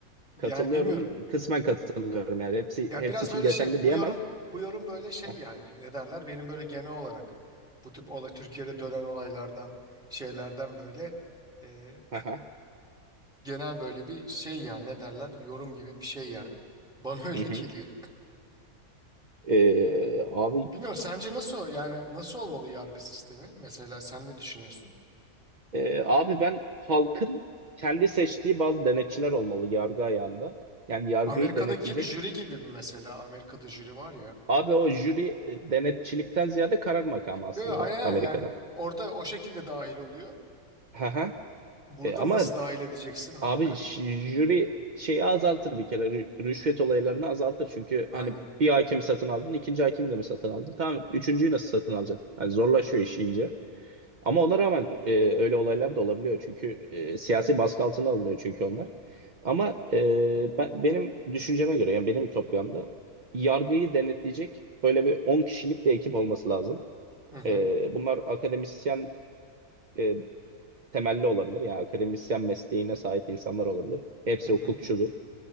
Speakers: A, in the centre; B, on the right.
A: yani
B: Katılıyorum.
A: bilmiyorum.
B: Kısmen katılıyorum yani. Hepsi
A: Ya
B: hepsi
A: biraz
B: için
A: böyle
B: geçerli
A: şey
B: diyemem.
A: bu yorum bu yorum böyle şey
B: Hah,
A: yani ne derler benim böyle genel olarak bu tip olay Türkiye'de dönen olaylardan şeylerden böyle e,
B: aha,
A: genel böyle bir şey yani ne derler yorum gibi bir şey yani bana <laughs> öyle
B: Hı hı.
A: geliyor.
B: Ee, abi
A: Bilmiyorum sence nasıl yani nasıl olmalı yargı sistemi mesela sen ne düşünüyorsun?
B: e, abi ben halkın kendi seçtiği bazı denetçiler olmalı yargı ayağında. Yani yargıyı
A: Amerika'daki
B: denetleyecek.
A: bir jüri gibi mi mesela Amerika'da jüri var ya.
B: Abi o jüri e, denetçilikten ziyade karar makamı aslında
A: Yo yo aynen aynen.
B: Amerika'da.
A: yani orada o şekilde dahil oluyor.
B: Aha.
A: Burada
B: E, ama
A: nasıl dahil edeceksin halkı?
B: abi ş- jüri şeyi azaltır bir kere rü- rüşvet olaylarını azaltır çünkü
A: Aynen.
B: hani bir hakimi satın aldın ikinci hakimi de mi satın aldın tamam üçüncüyü nasıl satın alacaksın hani zorlaşıyor iş iyice Ama ona rağmen e, öyle olaylar da olabiliyor. Çünkü e, siyasi baskı altına alınıyor çünkü onlar. Ama e, ben- benim düşünceme göre yani benim ütopyamda yargıyı denetleyecek böyle bir 10 kişilik bir ekip olması lazım.
A: Hı hı.
B: E, bunlar akademisyen e, temelli olabilir. Yani akademisyen mesleğine sahip insanlar olabilir. Hepsi
A: Hı hı.
B: hukukçudur.